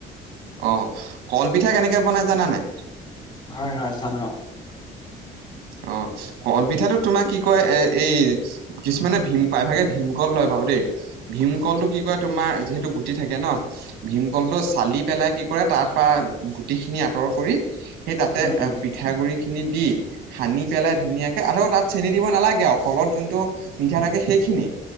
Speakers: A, on the right (about 85°); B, on the left (about 25°).
A: অ', কল পিঠা কেনেকে বনাই জানা নাই।
B: হয়, হয় জানো?
A: অ', কলপিঠাটো তোমাক কি কয় এ এই কিছুমানে ভীম প্ৰাইভাগে ভীমকল লয় বাৰু দেই। ভীমকলটো কি কয় তোমাৰ যিহেতু গুটি থাকে ন। ভীমকলটো চালি পেলাই কি কৰে তাৰ পৰা কি কৰে গুটিখিনি আঁতৰ কৰি সেই তাতে
B: উম,
A: এ
B: উম,
A: পিঠাগুৰি খিনি দি সানি পেলাই ধুনীয়াকে আৰু তাত চেনি দিব নালাগে আৰু কলত যোনটো মিঠা থাকে সেইখিনিয়ে